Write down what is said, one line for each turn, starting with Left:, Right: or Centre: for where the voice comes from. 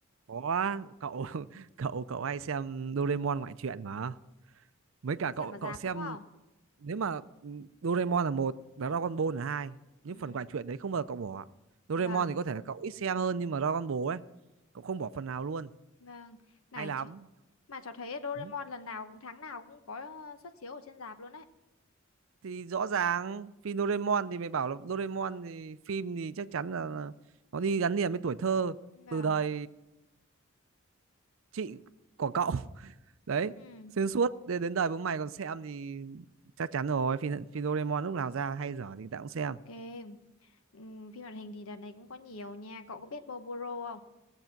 Right: có cậu <laughs> cậu cậu hay xem Doraemon ngoại truyện mà mấy cả
Left: cậu xem
Right: cậu
Left: ở rạp
Right: cậu xem
Left: đúng không
Right: nếu mà ừ, Doraemon là một Dragon Ball là hai những
Left: ừ
Right: phần ngoại truyện đấy không bao giờ cậu bỏ Doraemon
Left: vâng
Right: thì có thể là cậu ít xem hơn nhưng mà Dragon Ball ấy cậu không bỏ phần nào luôn
Left: vâng này
Right: hay lắm
Left: ch- mà cháu thấy Doraemon
Right: ừ.
Left: lần nào cũng tháng nào cũng có xuất chiếu ở trên rạp luôn đấy
Right: thì rõ ràng phim Doraemon thì mày bảo là Doraemon thì phim thì chắc chắn là, là nó đi gắn liền với tuổi thơ
Left: vâng
Right: từ đời chị của cậu đấy
Left: ừ
Right: xuyên suốt đến đến đời bố mày còn xem thì chắc chắn rồi phim phim Doraemon lúc nào ra hay dở thì tao cũng xem
Left: ok ừ, phim hoạt hình thì đợt này cũng có nhiều nha cậu có biết Boboro không